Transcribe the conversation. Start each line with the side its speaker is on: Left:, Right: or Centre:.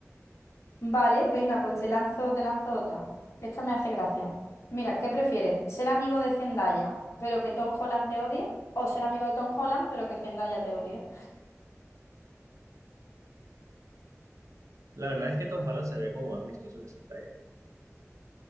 Left: Vale, venga, pues te lanzo, te lanzo otra. Esta me hace gracia. Mira, ¿qué prefieres? ¿Ser amigo de Zendaya, pero que Tom Holland te odie? ¿O ser amigo de Tom Holland, pero que Zendaya te odie?
Right: La verdad es que Tom Holland se ve como más amistoso que Zendaya.